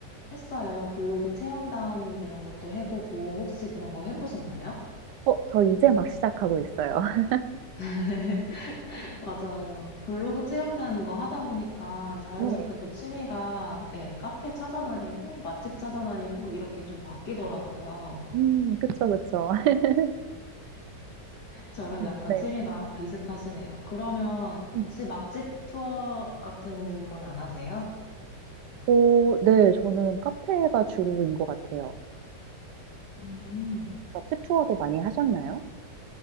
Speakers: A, on the left (about 70°); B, on the right (about 75°).
A: 했어요. 블로그 체험단 이런 것도 해보고 혹시 그런 거 해보셨나요?
B: 어, 저 이제 막 시작하고 있어요. <laughs>
A: <laughs> 맞아요. 블로그 체험단 거 하다 보니까 자연스럽게
B: 네.
A: 또 취미가 예, 카페 찾아다니고 맛집 찾아다니고 이렇게 좀 바뀌더라고요.
B: 음, 그쵸, 그쵸. <laughs>
A: 저랑 약간
B: 네.
A: 취미가 비슷하시네요. 그러면
B: 음.
A: 혹시 맛집 투어 같은 건 안 하세요?
B: 어, 네, 저는 카페가 주로인 것 같아요.
A: 음.
B: 맛집 투어도 많이 하셨나요?